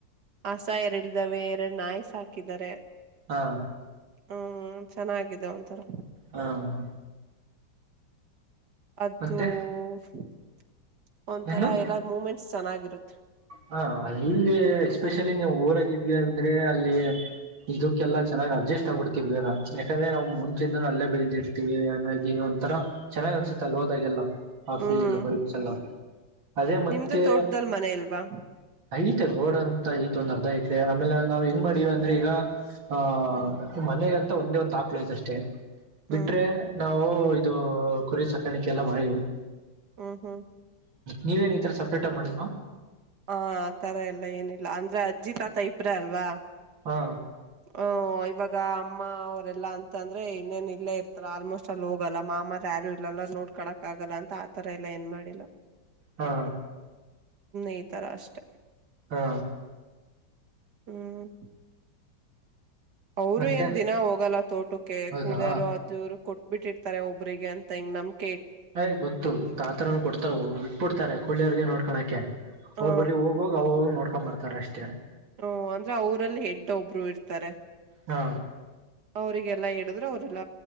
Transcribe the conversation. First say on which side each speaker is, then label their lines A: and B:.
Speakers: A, on the right; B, on the right.
A: ಆಸಾ ಎರಡು ಇದಾವೆ ಎರಡು ನಾಯ್ ಸಾಕಿದ್ದಾರೆ
B: ಹಾ
A: ಹ್ಮ್ ಚೆನ್ನಾಗಾಗಿದೆ ಒಂಥರ
B: ಹಾ <unintelligible>
A: ಅದುೂ
B: ಮತ್ತೆ
A: <unintelligible> ಒಂ ತರಾ
B: ಏನು
A: ಎಲ್ಲಾ ಮೂಮೆಂಟ್ ಚೆನ್ನಾಗಿರುತ್ತೆ
B: ಹ ಅಲ್ಲಿ ಎಸ್ಪೆಷಲಿ ನೀವು ಊರಾಗಿದ್ವಿ ಅಂದ್ರೆ ಅಲ್ಲಿ ಇದುಕ್ಕೆಲ್ಲಾ ಚೆನ್ನಾಗ್ ಅಡ್ಜಸ್ಟ್ ಆಗ್ಬಿಡ್ತೀವಿ ಬೇಗ ಯಾಕಂದ್ರೆ ನಾವು ಮುಂಚಿಂದಾನು ಅಲ್ಲೇ ಬೆಳದಿರ್ತೀವಿ ಹಾಗಾಗಿ ಒಂತರಾ ಚೆನ್ನ್ ಅನ್ಸುತ್ತ ಅಲ್ಲಿ ಹೋದಾಗೆಲ್ಲ ಆ
A: ಹ್ಮ್.
B: ಫಿಲಿಲ್ಲ ಪರೀಕ್ಷೆ ಅಲ್ಲ ಅದೇ ಮತ್ತೆ
A: ನಿಮ್ದು ತೋಟದಲ್ ಮನೆ ಇಲ್ವಾ?
B: ಐತೆ ರೋಡ್ ಅಂತ ಐತ ಒಂದ್ ಅರ್ಧ ಎಕ್ರೆ ಆಮೇಲೆ ನಾವ್ ಹೆಂಗ ಮಾಡಿವ್ ಅಂದ್ರೆ ಈಗ ಆಹ ಮನೆಗಂತ ಒಂದೇ ಒಂದ್ ಹಾಕ್ಲು ಐತಷ್ಟೇ
A: ಹ್ಮ್
B: ಬಿಟ್ರೆ ನಾವು ಇದು ಕುರಿ ಸಾಕಾಣಿಕ ಎಲ್ಲ ಮಾಡಿ
A: ಹ್ಮ್ ಹ್ಮ್
B: ನೀವೇನು ಈ ಥರ ಸಪ್ರೇಟಗ್ ಮಾಡಿಲ್ವಾ
A: ಹ ಆ ತರ ಎಲ್ಲ ಏನಿಲ್ಲ ಅಂದ್ರೆ ಅಜ್ಜಿ ತಾತ ಇಬ್ರೆ ಅಲ್ವಾ
B: ಹಾ
A: ಹ ಇವಾಗ <unintelligible> ಈಗ ಅಮ್ಮ ಅವರೆಲ್ಲಾ ಅಂತ ಅಂದ್ರೆ ಇನ್ನೇನ್ ಇಲ್ಲೇ ಇರ್ತಾರ ಆಲ್ಮೋಸ್ಟ್ ಅಲ್ಲಿ ಹೋಗಲ್ಲ ಮಾಮ ರ್ ಯಾರು ಇರಲ್ಲ ನೋಡ್ಕಳಕ್ ಆಗಲ್ಲ ಅಂತ ಆತರ ಎಲ್ಲಾ ಏನ್ ಮಾಡಿಲ್ಲ
B: ಹಾ
A: ಎ ರಾಸ್ಟೇ
B: ಹಾ
A: ಹ್ಮ್ ಅವ್ರು
B: ಮತ್ತೆ
A: ಏನ್ ದಿನಾ ಹೋಗಲ್ಲ ತೋಟುಕ್ಕೆ
B: ಹೌದಾ
A: ಕೂಲಿಯಾರು ಅದ್ವ್ರು ಕೊಟ್ಟ ಬಿಟ್ಟಿರ್ತಾರೆ ಒಬ್ರಿಗೆ ಅಂತ ಹ ಹೆಂಗ್ ನಮಕೆ
B: ಅಯ್ ಗೊತ್ತು ತಾತರನ ಕೊಡ್ತಾರ ಬಿಟ್ಬಿಡ್ತಾರೆ ಕುಳ್ಳಿ ಅವರಿಗೆ ನೋಡ್ಕೊಳ್ಳಕ್ಕೆ
A: ಹ
B: ಅವ್ರ ಬರಿ ಹೋಗೋಗ ಅವ ನೋಡ್ ತಪ್ಪ ಬರ್ತಾರೆ ಅಷ್ಟೇ
A: ಹ್ಮ ಅಂದ್ರೆ ಅವರಲ್ಲಿ ಹೆಡ್ಡ ಒಬ್ರು ಇರ್ತಾರೆ
B: ಹಾ
A: ಅವರಿಗೆ ಎಲ್ಲಾ ಹಿಡಿದ್ರು ಅವ್ರಲ್ಲ